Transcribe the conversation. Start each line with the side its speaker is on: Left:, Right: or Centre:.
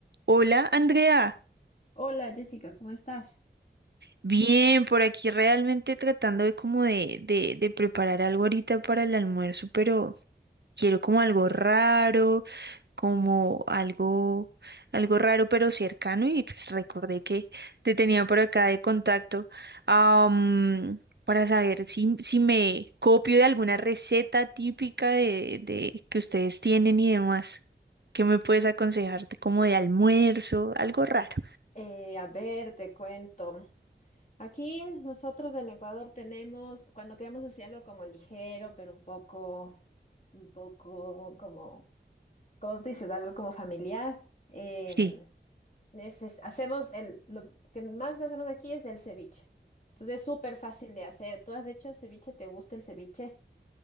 Right: Hola, Andrea.
Left: Hola Jessica, ¿cómo estás?
Right: Bien, por aquí realmente tratando de como de, de, de preparar algo ahorita para el almuerzo, pero quiero como algo raro, como algo, algo raro pero cercano y pues recordé que te tenía por acá de contacto, am, para saber si, si me copio de alguna receta típica de, de que ustedes tienen y demás. ¿Qué me puedes aconsejarte como de almuerzo? Algo raro.
Left: Eh, a ver, te cuento. Aquí nosotros en Ecuador tenemos, cuando queremos hacer algo como ligero, pero un poco, un poco como, como tú dices, algo como familiar, em,
Right: Sí.
Left: neces- hacemos el, lo que más hacemos aquí es el ceviche. Entonces es súper fácil de hacer. ¿Tú has hecho ceviche? ¿Te gusta el ceviche?